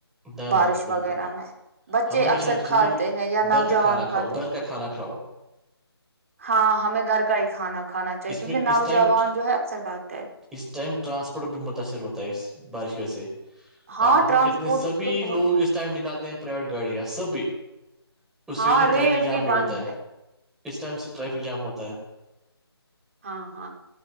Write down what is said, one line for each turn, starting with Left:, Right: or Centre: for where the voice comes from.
Centre: نہ
Right: بارش
Centre: نہ بالکل
Right: وغیرہ
Centre: بھی
Right: میں بچے
Centre: ہمیشہ
Right: اکثر
Centre: چاہیے
Right: کھاتے
Centre: کہ
Right: ہیں یا
Centre: گھر
Right: نوجوان
Centre: کا کھانا
Right: کھاتے
Centre: کھاؤ گھر
Right: ہیں
Centre: کا کھانا کھاؤ
Right: ہاں ہمیں گھر کا ہی کھانا کھانا چاہیے
Centre: اس
Right: کیونکہ
Centre: میں
Right: نوجوان
Centre: اس ٹائم
Right: جو ہے اکثر کھے ہیں
Centre: اس ائم رانسپورٹ بھی متاثر ہوتا ہے ا اسس بارش ویہ سے
Right: ہاں
Centre: اپ دیکھو
Right: ٹرانسپورٹ
Centre: کتنے سبھی
Right: تو بہت
Centre: لوگ اس ٹائم نکالتے ہیں آ پرائیویٹ گاڑی سبھی اسی
Right: ہاں
Centre: وجہ سے
Right: ریل
Centre: ٹریفک جام بھی
Right: بند
Centre: ہوتا ہے اس ٹائم سے ٹریفک جام ہوتا ہے
Right: ہاں ہاں